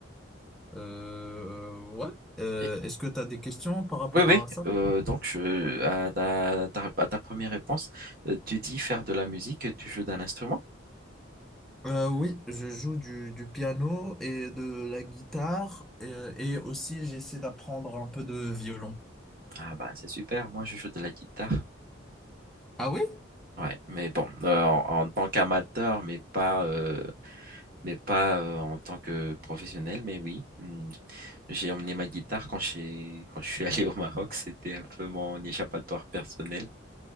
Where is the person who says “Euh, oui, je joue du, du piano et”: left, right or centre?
Centre